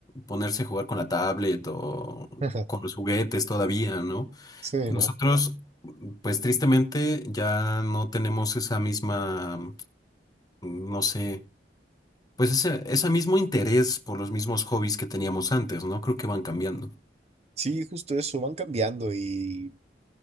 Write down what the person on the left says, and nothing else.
ponerse a jugar con la tablet o
con los juguetes todavía, ¿no?
Nosotros,
pues tristemente, ya no tenemos esa misma, no sé, pues ese, ese mismo interés por los mismos hobbies que teníamos antes, ¿no? Creo que van cambiando.